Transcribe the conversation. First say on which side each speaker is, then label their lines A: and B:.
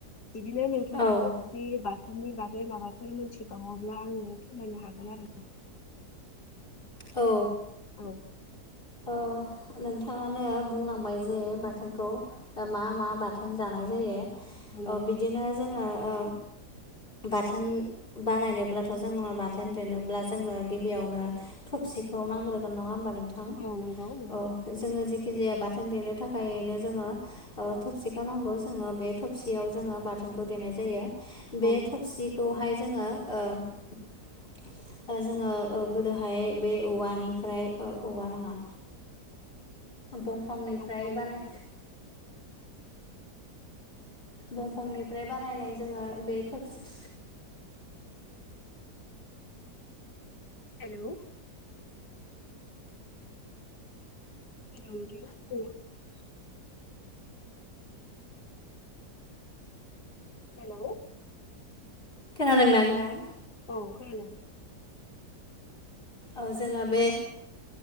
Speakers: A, on the left; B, on the left.
A: बिदिनो नोंथाङाबो
B: औ
A: जुदि बा थोननि बागै माबाफोर मोनथिबावोब्ला आङो फोरमायनो हागोन आरो।
B: औ
A: औ
B: अ नोंथाङानो बुंलांबाय जे बाथोनखौ मा मा बाथोन जानाय जायो।
A: नंगौ
B: ओ बिदिनो जोंना ओ बाथोन बानायनोब्लाथ' जोंनो बाथोन देनोब्ला जोंनो गिबियावनो थब सिखौ नांग्रोन नङा होमबा नोंथां?
A: औ नंगौ नंगौ
B: औ जोंङो जिखु खिजाया बाथोन देनो थाखायनो जोंङो ओ थबसिखौ नांगौ जोंङो बे थबसियाव जोंङो बाथोन देनाय जायो बे
A: औ नंगौ
B: थफसिखौहाय जोंङो ओ जोंङो ओ गोदोहाय बे औवानिफ्राय औवा नङा बंफांनिफ्राय
A: दंफांनिफ्राय
B: बानाय बंफांनिफ्राय बानायनाय जोंङो बे थफसि
A: हेलौ <unintelligible> हेलौ
B: खोनादों ना नोंथां?
A: औ खोनादों।
B: औ जोंङो बे